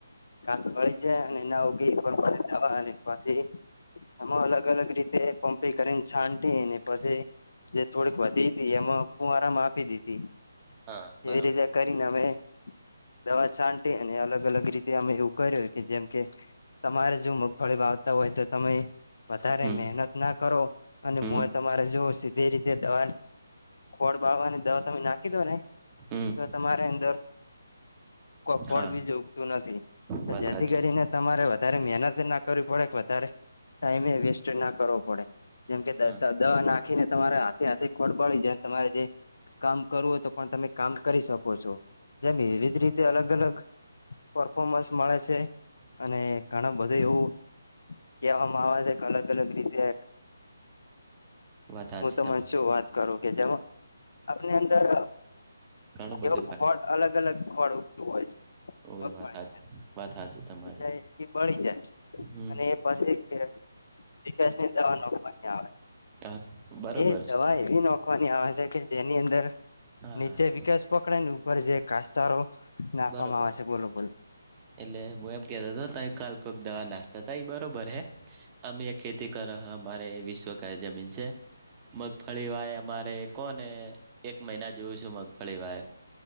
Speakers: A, on the left (about 65°); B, on the right (about 25°).
A: કાસવાી જાય અને એના ઉગીવા પાછી એમાં અલગ અલગ રીતે પંપી કરીને સાનટીને પછી જે થોડીક વધી હતી એમાં હું આરામ આપી દીધી
B: હા બરોબર
A: એવી રીતે કરીનેમે દવા છાંટી અને અલગ અલગ રીતે અમે એવું કર્યું કે જેમ કે તમારે જો મગફળી વાવતા હોય તો તમે વધારે
B: હમ
A: મહેનત ના કરો અને
B: હમ
A: હ તમારે જોવ છ તે રીતે દવા ખોળ બાવાની દવા તમે નાખી દો ને
B: હમ
A: તો તમારે અંદર કફડ
B: હા
A: બી જોગતું નથી
B: વાત
A: જેથી
B: હાચી
A: કરીને તમારે વધારે મહેનત ના કરવી પડે કે વધારે ટાઈમે વેસ્ટ ના કરવો પડે જેમ કે
B: હા
A: દવા નાખીને તમારે હાથે હાથે ખોડ પડી છે તમારે જે કામ કરવું હોય તો પણ તમે કામ કરી શકો છો જેમ વિવધ
B: બરોબર
A: રીત તે અલગ અલગ પરફોર્મન્સ મળે છે
B: હમ
A: અને ઘણા બધું એવું કહેવામાં આવે છે કે અલગ અલગ રીતે
B: વાત હાચી
A: હું તને
B: તમારી
A: શું વાત કરું કે જેમાં આપની અંદર
B: ઘણું બધું
A: એવું
B: ફાયદો
A: ફળ અલગ અલગ ફળ ઉગતું હોય છે.
B: ઓવે
A: મગવાળી
B: વાત હાચી વાત હાચી તમારી
A: એટલે એ બળી જાય
B: હમ
A: અને એ પાછી વિકાસ ની દવા નની આવે
B: હા બરોબર
A: એ દવા
B: છે
A: એવી નોખવાની આવે છે કે જેની અંદર
B: હા
A: નીચે વિકાસ પકડે ને ઉપર જે કાસચારો નાખવામાં
B: બરોબર
A: આવે છે બોલો બોલો.
B: એટલે હું એમ કેતો ત કાલ કોક દવા નાખતા તા એ બરોબર હે. અમે ખેતી કર અમારે વિશ્વક <unintelligible> જમીન છે. મગફળી વાય અમારે કોને એક મહિના જોવું છું મગફળી વાય.